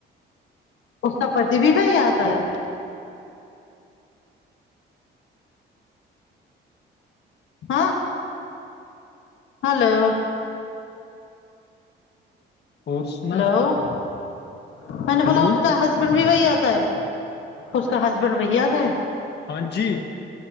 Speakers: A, on the left; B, on the left.
A: اس کا پتی بھی وہی آتا ہے ہاں ہلو
B: اور سنا
A: ہو میں نے
B: ہیلو
A: بولا اس کا ہسبینڈ بھی وہی آتا ہے اس کا ہسبینڈ وہی آتا ہے
B: ہا جی